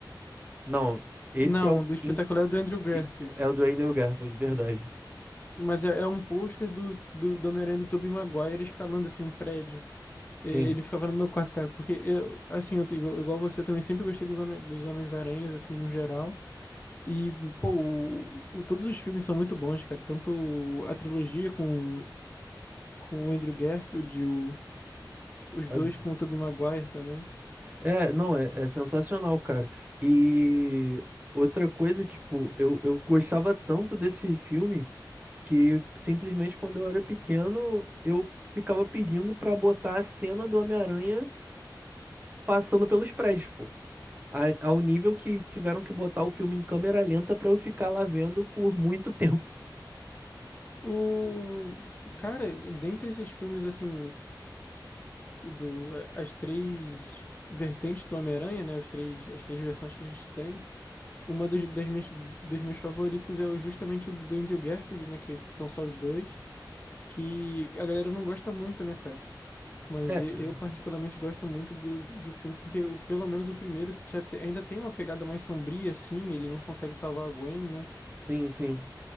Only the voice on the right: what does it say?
Não, esse
é o,
in-
i- é o do Andrew Garfield, de verdade.
Sim.
A-
É, não, é, é sensacional, cara. E outra coisa, tipo, eu, eu gostava tanto desse filme. que simplesmente quando eu era pequeno, eu ficava pedindo pra botar a cena do Homem-Aranha passando pelos prédios, pô. A- Ao nível que tiveram que botar o filme em câmera lenta pra eu ficar lá vendo por muito <laughs> tempo.
É,
sim, sim.